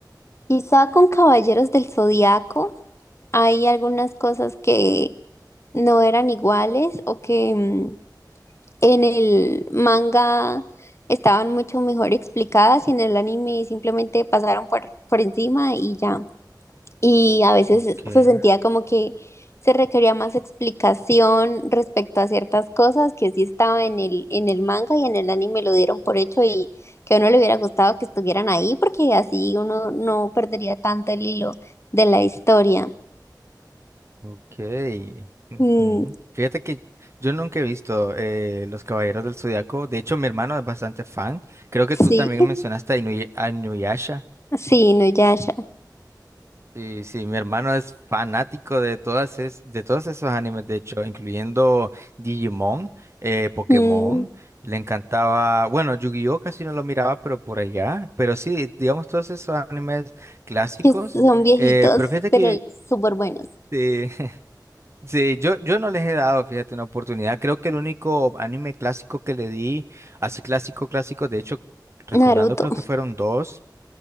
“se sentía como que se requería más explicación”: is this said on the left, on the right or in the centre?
Left